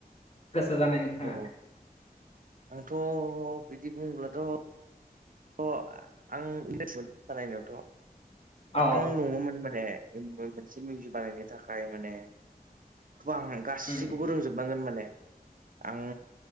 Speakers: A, on the left (about 40°); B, on the right (about 60°).
A: गोसो जानाय नोंथाङा?
B: औ आंथ' बिदि बुङोब्लाथ' अ आं <unintelligible> बानायनायावथ'
A: अ,
B: आं नङोन माने मोनसे मिउजिक बानायनो थाखाय माने गोबां गासैखौबो
A: उम,
B: रोंजोब बांगोन माने आं